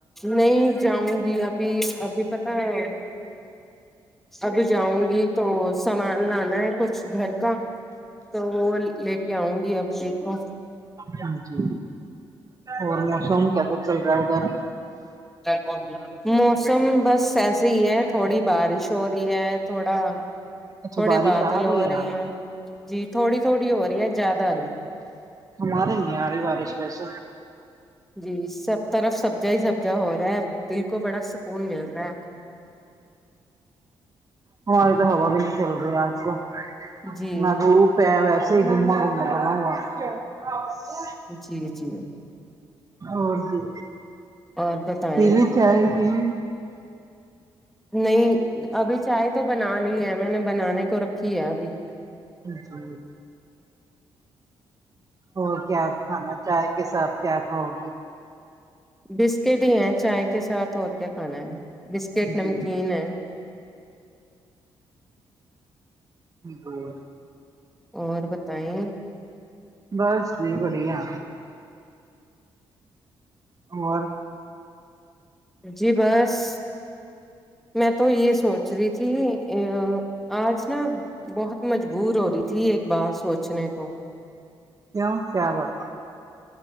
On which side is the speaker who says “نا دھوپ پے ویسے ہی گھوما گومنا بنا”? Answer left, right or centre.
Right